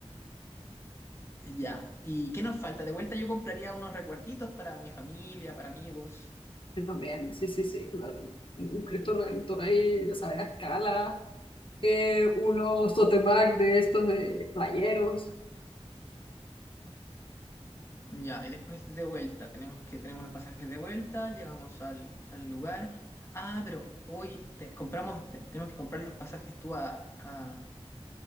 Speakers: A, on the left (about 25°); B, on the left (about 50°).
A: ya. ¿Y qué nos falta? De vuelta yo compraría unos recuerditos para mi familia, para amigos.
B: Yo también, sí, sí, sí, claro. Un Cristo Redentor ahí, ya sabes, a escala, eh, unos tote bag de estos de playeros.
A: Ya, y después de vuelta, tenemos que tenemos los pasajes de vuelta, llegamos al, al lugar. Ah, pero hoy te- compramos, te- tenemos que comprar los pasajes tú a, a-